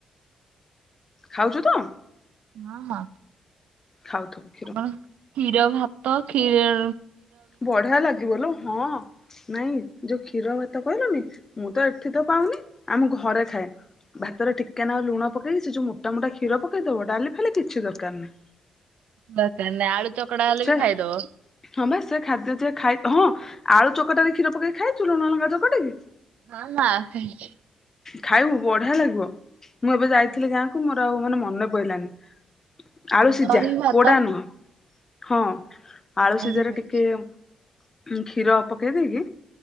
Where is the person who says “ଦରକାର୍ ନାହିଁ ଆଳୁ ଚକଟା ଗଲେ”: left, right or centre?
Right